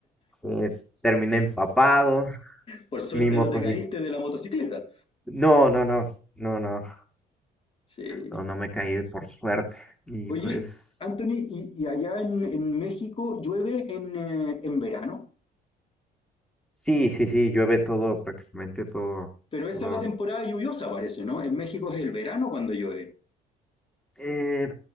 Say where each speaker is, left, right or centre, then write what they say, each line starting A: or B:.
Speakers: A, in the centre; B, on the left.
A: eh, terminé empapado,
B: Por suerte
A: mi motocicleta.
B: no te caíste de la motocicleta.
A: No, no, no, no, no,
B: Sí.
A: no, no me caí por suerte. Y
B: Oye,
A: pues,
B: Anthony, ¿y, y allá en, en México llueve en, eh, en verano?
A: sí, sí, sí, llueve todo, prácticamente todo,
B: Pero esa
A: todo.
B: es la temporada lluviosa, parece, ¿no? En México es el verano cuando llueve.
A: Eh,